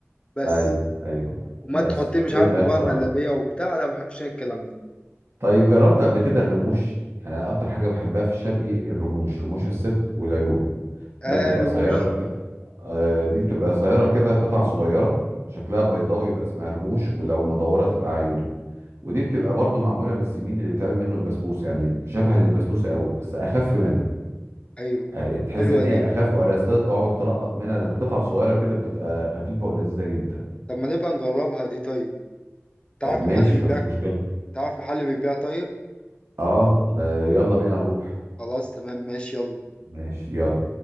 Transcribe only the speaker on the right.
ايوه ايوه
بس
بدون
اي اختراعات
طيب جربت قبل كده الرموش يعني أنا اكتر حاجه بحبها في الشرقي الرموش رموش الست والعيون
ده بتبقى
صغيره
كده آه دي بتبقى صغيره كده قطع صغيره شكلها بيضاوي يبقى اسمها رموش ولو مدوره تبقى عيون ودي بتبقى برضو معموله من السميد اللي بيتعمل منه البسبوسه يعني شبه للبسبوسه قوي بس اخف منها
آه، تحس
ان هي
اخف ولا ستيل تقعد تلقط منها لأن قطع صغيره كده بتبقى خفيفه ولذيذه جدا
آه، ماشي
مفيش مشكله
اه آه، يلا بينا نروح
ماشي يلا